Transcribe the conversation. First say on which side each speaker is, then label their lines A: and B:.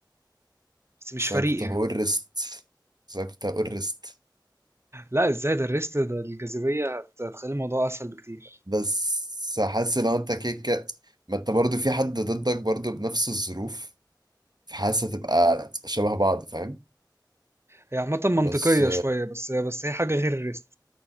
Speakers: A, on the right; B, on the right.
A: بس مش
B: بس
A: فريق
B: انا كنت
A: يعني
B: هقول ريست بس انا كنت هقول ريست
A: لا ازاي ده الريست ده الجاذبية هت- هتخلي الموضوع اسهل بكتير
B: بس حاسس لو انت كده كده ما انت برضه في حد ضدك برضه بنفس الظروف فحاسس هتبقى شبه بعض فاهم
A: هي عامة منطقية
B: بس
A: شوية بس بس هي حاجة غير الريست